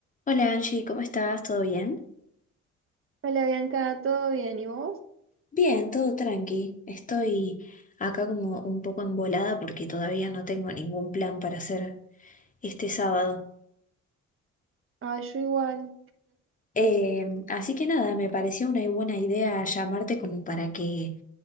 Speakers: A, on the left; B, on the right.
A: Hola Angie, ¿cómo estás? ¿Todo bien?
B: Hola Bianca, ¿todo bien? ¿Y vos?
A: Bien, todo tranqui. Estoy acá como un poco embolada porque todavía no tengo ningún plan para hacer este sábado.
B: Ah, yo igual.
A: Eh, así que nada, me pareció una buena idea llamarte como para que